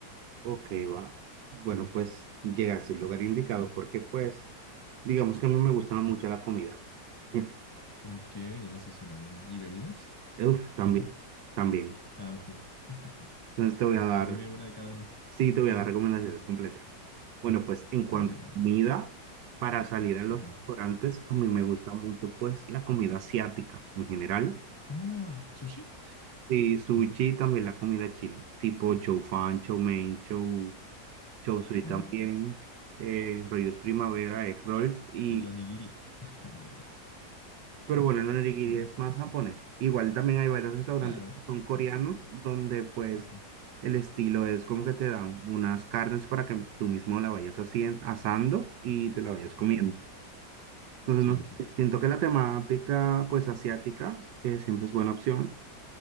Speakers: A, on the right; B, on the left.
A: Ok, va. Bueno, pues llegaste al lugar indicado porque pues, digamos que a mí me gustaba mucho la comida. <laughs>
B: Ok, eso suena bien. ¿Y bebidas?
A: Uf, también,
B: También,
A: también.
B: también. <laughs>
A: Entonces te voy a dar,
B: Pues dime una de cada una.
A: sí, te voy
B: Mm,
A: a dar recomendaciones completas. Bueno, pues en cuanto
B: Dale,
A: a
B: dale.
A: comida, para salir a los
B: Ajá.
A: restaurantes, a mí me gusta mucho pues la comida asiática en general.
B: Ah, sushi.
A: Y sushi y también la comida china, tipo chow fan, chow mein, chow, chow sui
B: Ah,
A: también, eh, rollos primavera, egg rolls y...
B: el onigiri. <laughs> No sé.
A: Pero bueno, el onigiri es más japonés. Igual también hay varios restaurantes
B: Claro.
A: que son coreanos,
B: Pero sí, sí.
A: donde pues
B: Ajá,
A: el estilo es como que te dan unas carnes para que tú mismo la vayas hacien- asando y te la vayas comiendo.
B: ajá.
A: Entonces,
B: Sí,
A: no,
B: eso es.
A: sé, siento que la temática pues asiática eh, siempre es buena opción.